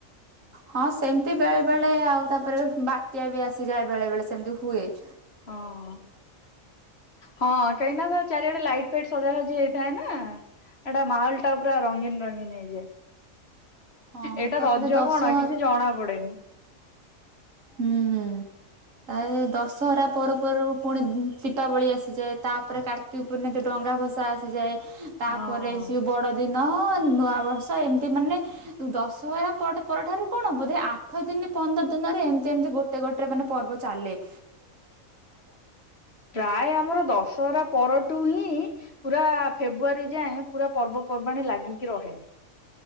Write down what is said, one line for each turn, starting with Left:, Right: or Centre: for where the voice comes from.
Right: ହଁ ସେମତି ବେଳେ ବେଳେ ଆଉ ତାପରେ ବାତ୍ୟା ବି ଆସିଯାଏ ବେଳେ ବେଳେ ସେମତି ହୁଏ ।
Left: ହଁ ହଁ କାହିଁ ନା ତ ଚାରିଆଡେ ଲାଇଟ ଫାଇ ସଜା ହଜି ହେଇଥାଏ ନା ଏଟା ମାହୋଲ ଟା ପୁରା ରଙ୍ଗୀନ ରଙ୍ଗୀନ ହେଇଯାଏ ।
Right: ହଁ
Left: ଏଇଟା
Right: ତାପରେ
Left: ରଜ
Right: ଦଶହରା
Left: କଣ କିଛି ଜଣା ପଡେନି ।
Right: ହୁଁ । ତା ଦଶହରା ପର୍ବରୁ ପୁଣି ଦୀପାବଳି ଆସିଯାଏ ତାପରେ କାର୍ତ୍ତି ପୂର୍ଣ୍ ଡଙ୍ଗା ଟଙ୍ଗା ଭସା ଆସିଯାଏ ତାପରେ
Left: ହଁ
Right: ବଡ ଦିନ ନ ନୂଆ ବର୍ଷ ଏମତି ମାନେ ଦଶହରା ପରଠାରୁ କଣ ବୋଧେ ଆଠ ଦିନ ପନ୍ଦର ଦିନରେ ଏମିତି ଏମିତି ଗୋଟେ ଗୋଟେ ମାନେ ପର୍ବ ଚାଲେ ।
Left: ପ୍ରାୟ ଆମର ଦଶହରା ପର ତୁ ହିଁ ପୁରା ଫେବୃଆାରୀ ଯାଏଁ ପୁରା ପର୍ବପର୍ବାଣୀ ଲାଗିକି ରହେ ।